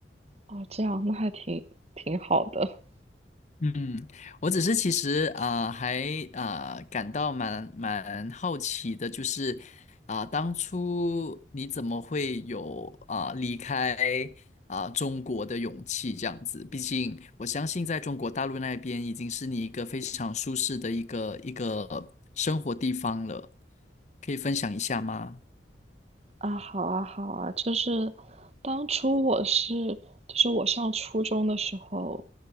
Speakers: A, on the right; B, on the left.
A: 哦，这样那还挺挺好的
B: 嗯，我只是其实啊、呃还啊、呃感到蛮蛮好奇的，就是啊、当初你怎么会有啊、离开啊、中国的勇气这样子？毕竟我相信在中国大陆那边已经是你一个非常舒适的一个一个生活地方了，可以分享一下吗？
A: 啊，好啊，好啊，就是当初我是，就是我上初中的时候，